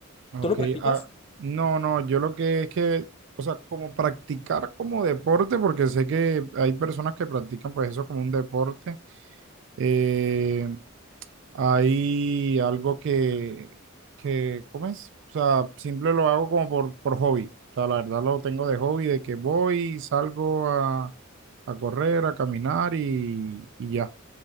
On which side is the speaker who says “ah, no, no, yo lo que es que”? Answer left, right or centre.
Right